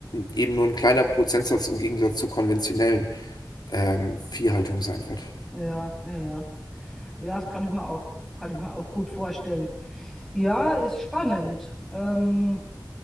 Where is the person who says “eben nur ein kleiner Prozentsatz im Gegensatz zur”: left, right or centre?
Left